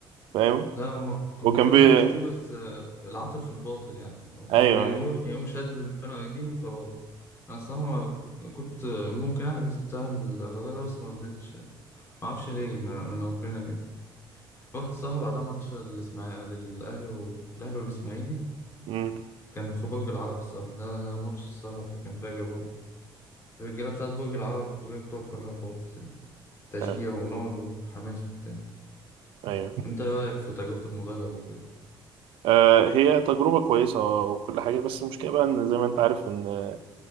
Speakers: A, on the right; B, on the left.
A: فاهم
B: لا هم هم
A: وكان
B: خدوا
A: بي
B: ناس كتير بس آه، العاطل في الباطل يعني وكان
A: ايوه
B: بيروح يقوم شادد الفرقة دي وخلاص انا الصراحة ما كنت ممكن احجز بتاع الرجاء ده بس ما رضيتش يعني. ما اعرفش ليه من من ربنا كده رحت الصراحة بعدها ماتش الاسماعيلي الاهلي والاهلي والاسماعيلي
A: امم
B: كان في برج العرب الصراحة ده, ده ماتش الصراحة فكان فاجر برضه الرجالة بتاعت برج العرب غير بتوع القاهرة خالص يعني تشجيع
A: ايوه
B: ونار وحماس وبتاع
A: أيوة.
B: انت ايه رأيك في تجربة المدرج وكده
A: آه هي تجربه كويسه آه، وكل حاجه بس المشكله بقى ان زي ما انت عارف ان